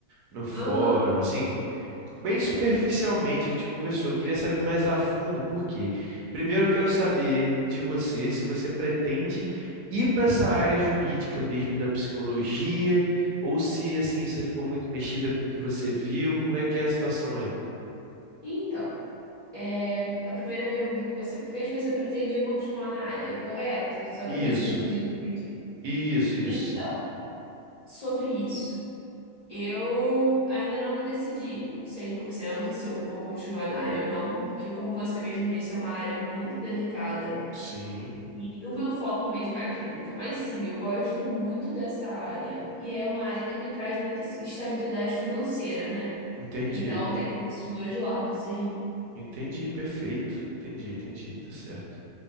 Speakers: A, on the right; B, on the left.
A: no fórum,
B: Aham.
A: assim. Bem superficialmente a gente conversou, eu queria saber mais a fundo por quê. Primeiro eu quero saber de você se você pretende ir para essa área jurídica mesmo da psicologia, ou se assim, você ficou muito mexida com o que você viu, como é que é a situação aí?
B: Então, é, a primeira pergunta que você me fez foi se eu pretendia continuar na área, correto? Só
A: Isso,
B: para ver se eu entendi direitinho.
A: isso, isso,
B: Então,
A: sim.
B: sobre isso, eu ainda não me decidi 100% se eu vou continuar na área ou não, porque, como você mesmo disse, é uma área muito delicada.
A: Sim,
B: E o meu foco mesmo é a clínica, mas sim, eu gosto muito dessa área e é uma área que me traz muita estabilidade financeira, né?
A: entendi.
B: Então tem esses dois lados aí.
A: Entendi, perfeito. Entendi, entendi, tá certo.